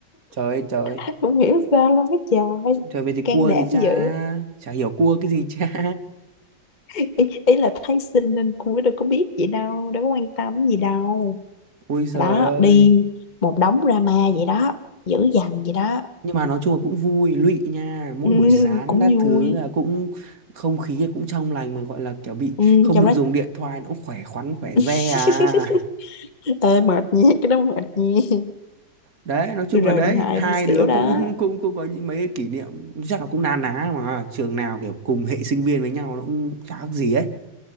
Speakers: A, on the right; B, on the left.
A: trời ơi trời ơi,
B: <laughs> không hiểu sao luôn á trời
A: trời về thì
B: can
A: cua
B: đảm
A: gì cha
B: dữ
A: chả hiểu cua cái gì cha
B: ý, ý là thấy xinh nên cua đâu có biết gì đâu đâu có quan tâm gì đâu
A: <laughs> ôi giời
B: đó
A: ơi
B: đi một đống drama vậy đó dữ dằn vậy đó
A: nhưng mà nói chung là cũng vui lụy nha
B: <laughs>
A: mỗi
B: ừ,
A: buổi sáng
B: cũng
A: các
B: vui
A: thứ là cũng không khí cũng trong lành mà gọi là kiểu bị
B: ừ,
A: không
B: trong
A: được
B: đó
A: dùng điện thoại nó cũng khỏe khoắn khỏe
B: <laughs>
A: re à
B: Ê, mệt nha cái đó mệt nha
A: đấy nói chung
B: tôi rời
A: là đấy
B: điện thoại
A: hai
B: tôi xỉu
A: đứa cũng
B: đó
A: cũng cũng có những mấy cái kỷ niệm chắc là cũng na ná mà trường nào kiểu cùng hệ sinh viên với nhau nó cũng chả khác gì ấy